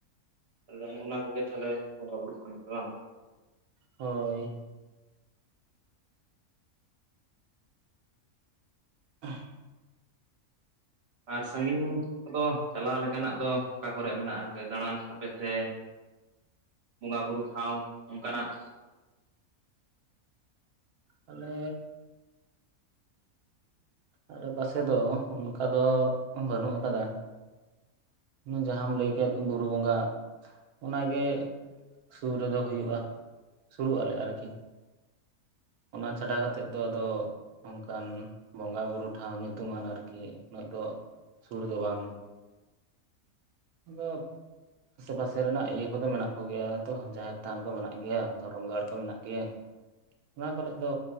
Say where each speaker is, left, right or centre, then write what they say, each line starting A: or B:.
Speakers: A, on the right; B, on the right.
A: ᱛᱟᱦᱚᱞᱮ ᱚᱱᱟ ᱠᱚᱜᱮ ᱛᱟᱦᱚᱞᱮ ᱵᱚᱸᱜᱟ ᱵᱩᱨᱩᱜ ᱠᱟᱱᱟ ᱯᱮ ᱵᱟᱝ
B: ᱦᱳᱭ <unintelligible>
A: ᱟᱨ ᱥᱟᱺᱜᱤᱧ ᱠᱚᱫᱚ ᱪᱟᱞᱟᱣ ᱞᱮᱠᱟᱱᱟᱜ ᱫᱚ ᱚᱠᱟ ᱠᱚᱨᱮ ᱢᱮᱱᱟᱜᱼᱟ ᱫᱟᱬᱟᱱ ᱥᱟᱯᱮ ᱥᱮ ᱵᱚᱸᱜᱟ ᱵᱩᱨᱩ ᱴᱷᱟᱶ ᱚᱱᱠᱟᱱᱟᱜ
B: ᱟᱞᱮ ᱟᱲᱮ ᱯᱟᱥᱮ ᱫᱚ ᱚᱱᱠᱟ ᱫᱚ ᱵᱟᱹᱱᱩᱜ ᱟᱠᱟᱫᱟ ᱡᱟᱦᱟᱸᱢ ᱞᱟᱹᱭ ᱠᱮᱫ ᱵᱩᱨᱩ ᱵᱚᱸᱜᱟᱜ ᱚᱱᱟᱜᱮ ᱥᱩᱨ ᱨᱮᱫᱚ ᱦᱩᱭᱩᱜᱼᱟ ᱥᱩᱨᱩᱜ ᱟᱞᱮ ᱟᱨᱠᱤ ᱚᱱᱟ ᱪᱷᱟᱰᱟ ᱠᱟᱛᱮᱫ ᱫᱚ ᱟᱫᱚ ᱚᱱᱠᱟᱱ ᱵᱚᱸᱜᱟ ᱵᱩᱨᱩ ᱴᱷᱟᱶ ᱧᱩᱛᱩᱢᱟᱱ ᱟᱨᱠᱤ ᱩᱱᱟᱹᱜ ᱫᱚ ᱥᱩᱨ ᱫᱚ ᱵᱟᱝ ᱟᱫᱚ ᱟᱥᱮ ᱯᱟᱥᱮ ᱨᱮᱱᱟᱜ ᱤᱭᱟᱹ ᱠᱚᱫᱚ ᱢᱮᱱᱟᱜ ᱠᱚ ᱜᱮᱭᱟ ᱛᱚ ᱡᱟᱦᱮᱸᱨ ᱛᱷᱟᱱ ᱠᱚ ᱢᱮᱱᱟᱜ ᱜᱮᱭᱟ ᱫᱷᱚᱨᱚᱢ ᱜᱟᱲ ᱠᱚ ᱢᱮᱱᱟᱜ ᱜᱮᱭᱟ ᱚᱱᱟ ᱠᱚᱨᱮᱱ ᱫᱚ